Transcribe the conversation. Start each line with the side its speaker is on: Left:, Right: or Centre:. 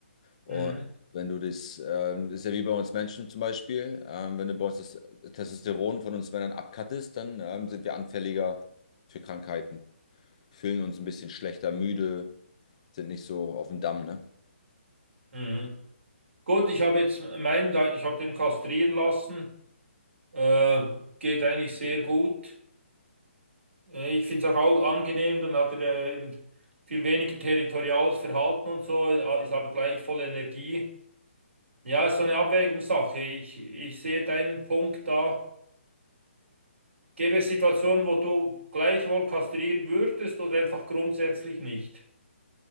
Left: Und
Right: Mhm.
Left: wenn du das, ähm, ist ja wie bei uns Menschen zum Beispiel, ähm, wenn du bei uns das Testosteron von uns Männern abkattest, dann ähm, sind wir anfälliger für Krankheiten, fühlen uns ein bisschen schlechter, müde, sind nicht so auf dem Damm, ne?
Right: Mhm. Gut, ich habe jetzt meinen, da- ich habe den kastrieren lassen. Äh, geht eigentlich sehr gut. Äh, Ich finde es auch au- angenehm, dann hat er äh, eben viel weniger territoriales Verhalten und so, ja, ist aber gleich voll Energie. Ja, ist so eine Abwägungssache. Ich, ich sehe deinen Punkt da. Gäbe es Situationen, wo du gleichwohl kastrieren würdest oder einfach grundsätzlich nicht?